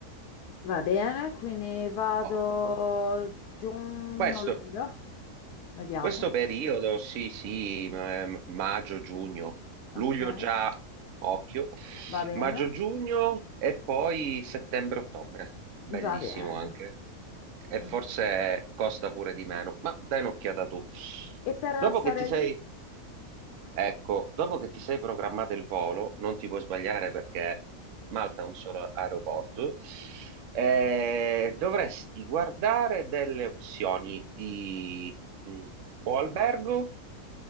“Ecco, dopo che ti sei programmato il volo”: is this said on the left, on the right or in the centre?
Right